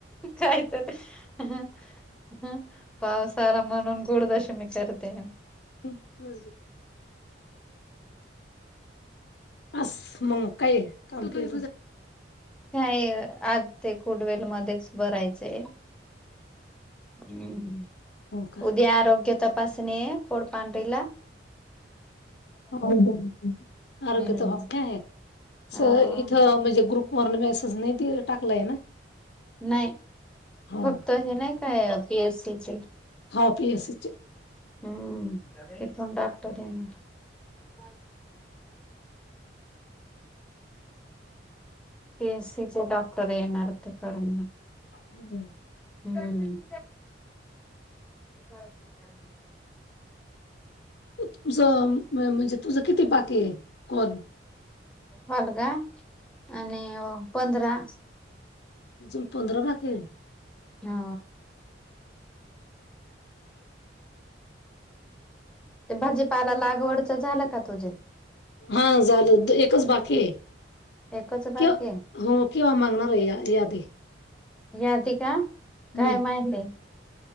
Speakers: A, in the centre; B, on the left.
A: काय तर. हा पावसाळा म्हणून गोडदशमी करते.
B: <unintelligible> असस मंग काय <inaudible> काले
A: नाही आज ते कुडवेल मध्येच भरायचं हम्म
B: हो का
A: उद्या आरोग्य तपासणी आहे कोडपांढीला
B: हो आरोग्य
A: हम्म
B: तर <unintelligible> भा आहे
A: अ
B: स इथं म्हणजे ग्रुपवरन मेसेज नाही टाकलाय ना.
A: नाही
B: हो
A: फक्त हे नाही काय पीएससीचे
B: हा पी अस असचे.
A: हम्म तिथून डॉक्टर येनार. <unintelligible> पी एस सीचे डॉक्टर येणार ते करणार.
B: हम्म.
A: हम्म. <unintelligible>
B: तुमचं म्हणजे तुझं किती बाकी आहे कॉल?
A: हलगा आणि पंधरा.
B: अजून पंधरा बाकी आहेत.
A: हो. ते भाजीपाला लागवडचं झालं का तुझे.
B: हा झालं एकच बाकी आहे.
A: एकच बाकी
B: क
A: आहे.
B: हो केव्हा मागणार आहे या यादी?
A: यादी का काय
B: हम्म
A: माहिती.